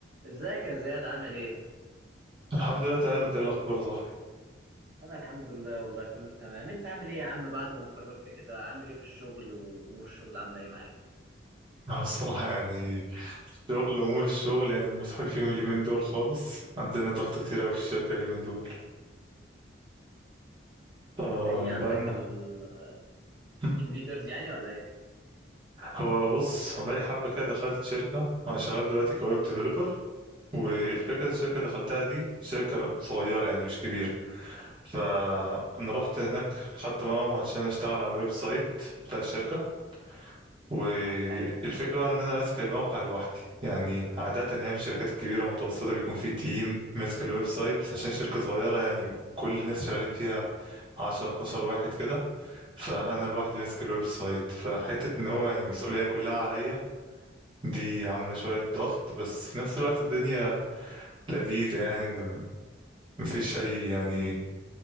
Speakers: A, on the right; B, on the right.
A: ازيك يا زياد عامل ايه؟
B: الحمد لله تمام انت ايه الاخبار يا صاحبي
A: انا الحمد لله والله كله تمام انت عامل ايه يا عم بعد ما اتخرجت كده عامل ايه في الشغل وامور الشغل عامله ايه معاك؟
B: <laughs> اه الصراحه يعني شغل امور الشغل يعني مسحول فيهم اليومين دول خالص عندنا ضغط كتير قوي في الشركه اليومين دول
A: انت
B: أم
A: ايه عندك
B: بقالنا
A: التيم
B: <laughs>
A: ليدرز يعني ولا ايه؟
B: هو بص هو بقالي حبه كده دخلت شركه انا شغال دلوقتي كويب ديفلوبر والفكره اللي الشركه اللي دخلتها دي شركه صغيره يعني مش كبيره فانا رحت هناك دخلت معاهم عشان اشتغل على الويب سايت بتاع الشركه والفكرة
A: حلو
B: بقى إن أنا ماسك الموقع لوحدي يعني عادة يعني في الشركات الكبيرة المتوسطة بيكون في تيم ماسك الويب سايت بس عشان شركة صغيرة يعني كل الناس شغالين فيها 10 12 واحد كده فأنا لوحدي ماسك الويب سايت فحتة إن هو يعني المسؤولية كلها عليا دي عاملة شوية ضغط بس في نفس الوقت الدنيا لذيذة يعني إن م- مفيش أي يعني